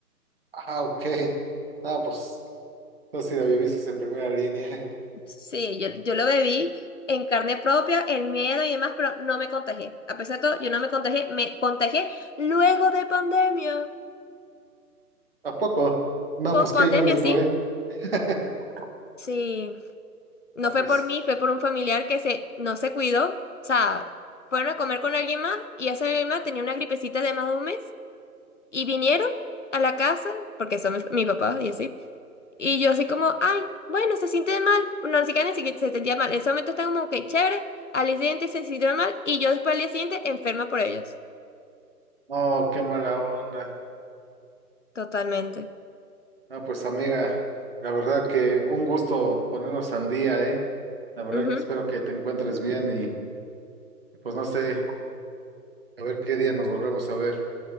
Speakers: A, on the right (about 35°); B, on the left (about 50°).
A: Ah, ok. No, pues, no si la viviste en primera línea. <laughs>
B: Sí, yo, yo lo bebí en carne propia, el miedo y demás, pero no me contagié. A pesar de todo, yo no me contagié, me contagié luego de pandemia.
A: ¿A poco? No,
B: Post
A: pues qué
B: pandemia,
A: irónico,
B: sí.
A: ¿eh? <laughs>
B: Sí. No
A: No,
B: fue
A: pues,
B: por mí, fue por un familiar que se, no se cuidó. O sea, fueron a comer con alguien más y ese alguien más tenía una gripecita de más de un mes y vinieron a la casa, porque son mis, mis papás y así. Y yo así como, ay, bueno, se siente mal. No, ni siquiera ni siquiera se sentía mal. En ese momento está como que chévere. Al día siguiente se sintió mal y yo después al día siguiente enferma por ellos.
A: no, qué mala onda.
B: Totalmente.
A: No, pues amiga, la verdad que un gusto ponernos al día, ¿eh? La verdad
B: Ujú.
A: que espero que te encuentres bien y pues no sé, a ver qué día nos volvemos a ver.